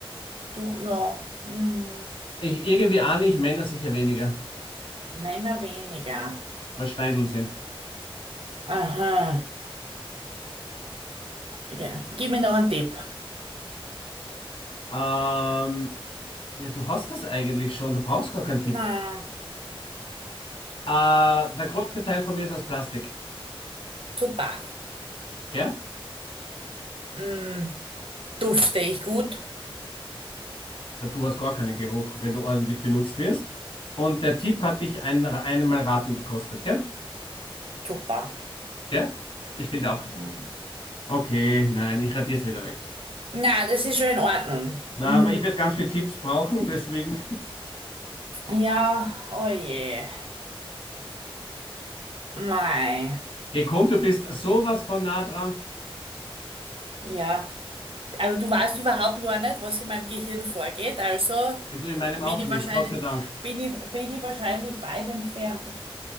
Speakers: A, on the right; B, on the left.
A: Du, ja. Mm,
B: Ich, irgendwie ahne ich Männer sicher weniger.
A: Männer weniger.
B: Mal Schweindeln sind.
A: Aha. Ja. Gib mir noch einen Tipp.
B: Ähm, ja, du hast das eigentlich schon, du brauchst gar keinen Tipp
A: Na,
B: mehr. Äh, der größte Teil von mir ist aus Plastik,
A: super.
B: gell?
A: Mm, dufte ich gut?
B: Du hast gar keinen Geruch, wenn du ordentlich benutzt wirst. Und der Tipp hat dich ein, einmal raten gekostet, gell?
A: Super.
B: Gell? Ich finde auch.
A: Mm.
B: Okay, nein, ich radier's wieder weg.
A: Na, das ist schon in Ordnung.
B: Na,
A: Mm,
B: aber ich werde ganz viele Tipps brauchen, deswegen.
A: ja, oh je. Mei.
B: <laughs> Geh, komm, du bist sowas von nah dran.
A: Ja, aber du weißt überhaupt gar nicht, was in meinem Gehirn vorgeht, also
B: Du in meinem
A: bin
B: auch
A: ich
B: nicht,
A: wahrscheinlich,
B: Gott sei Dank.
A: bin ich, bin ich wahrscheinlich weit entfernt.